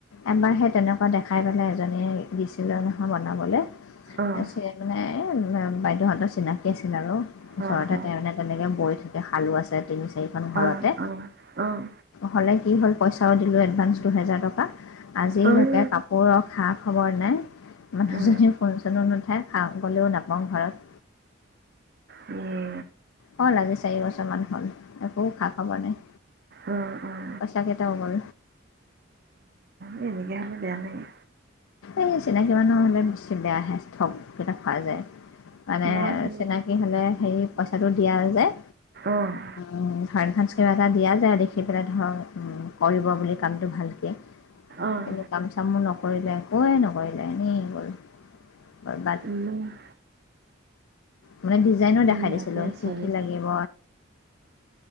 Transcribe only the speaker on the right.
অ',
অ',
অ',
অ', অ', অ', অ', উম,
এই
অ',
ইয়ে
উম, উম।
এই এনেকে হ'লে বেয়া লাগে।
মই সেই
অ',
অ',
উম
এই ইয়াতে
ছোৱালী
এজনী